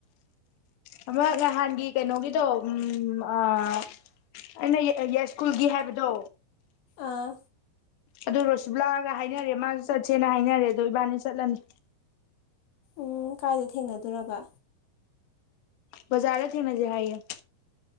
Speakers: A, on the left; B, on the left.
A: ꯑꯃ ꯅꯍꯥꯟꯒꯤ ꯀꯩꯅꯣꯒꯤꯗꯣ ꯎ ꯑꯩꯅ ꯌꯥꯏꯁ꯭ꯀꯨꯜꯒꯤ ꯍꯥꯏꯕꯗꯣ
B: ꯑꯥ
A: ꯑꯗꯨ ꯔꯣꯁꯤꯕꯂꯥꯒ ꯍꯥꯏꯅꯔꯦ ꯃꯥꯁꯨ ꯆꯠꯁꯦꯅ ꯍꯥꯏꯅꯔꯦ ꯑꯗꯣ ꯏꯕꯥꯅꯤ ꯆꯠꯂꯅꯤ
B: ꯎꯝ ꯀꯥꯏꯗ ꯊꯦꯡꯅꯗꯨꯢ ꯑꯗꯨꯒ
A: ꯕꯖꯥꯔ ꯗꯔ ꯊꯦꯡꯅꯁꯦ ꯍꯥꯢꯌꯦ